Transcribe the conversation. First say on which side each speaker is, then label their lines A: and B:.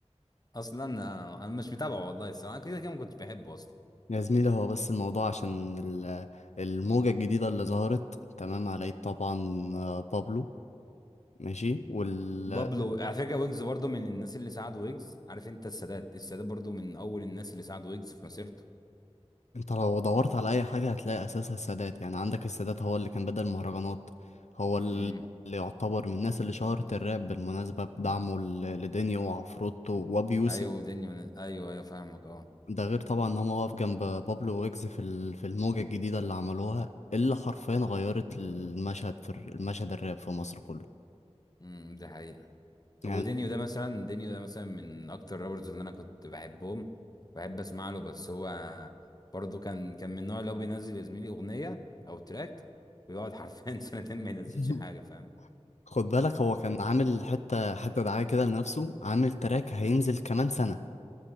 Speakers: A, on the left; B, on the left.
A: أصلا أنا أنا مش متابعه والله الصراحة أنا كده كده ما كنتش بحبه أصلا
B: يا زميلي هو بس الموضوع عشان ال- الموجة الجديدة اللي ظهرت تمام على يد طبعا آه، بابلو ماشي وال
A: بابلو على فكرة ويجز برضه من الناس اللي ساعدوا ويجز عارف أنت السادات السادات برضه من أول الناس اللي ساعدوا ويجز في مسيرته
B: انت لو دورت على اي حاجة هتلاقي اساسها السادات يعني عندك السادات هو اللي كان بدأ المهرجانات هو ال-
A: امم
B: اللي يعتبر من الناس اللي شهرت الراب بالمناسبة بدعمه ل- لدينيو وعفروتو وابي يوسف
A: أيوه دنيا أيوه أيوه فاهمك أه
B: ده غير طبعا ان هو واقف جنب بابلو ويجز في ال- في الموجة الجديدة اللي عملوها اللي حرفيا غيرت المشهد في الر- المشهد الراب في مصر كله
A: امم دي حقيقة
B: يعني
A: ودينيو ده مثلا دينيو ده مثلا من اكتر رابرز اللي انا كنت بحبهم بحب اسمع له بس هو برضه كان كان من النوع اللي هو بينزل يا زميلي اغنيه او تراك ويقعد حرفيا <laughs> سنتين ما ينزلش
B: <laughs>
A: حاجه فاهم
B: خد بالك هو
A: ف-
B: كان عامل حتة حتة دعاية كده لنفسه عامل تراك
A: مم.
B: هينزل كمان سنة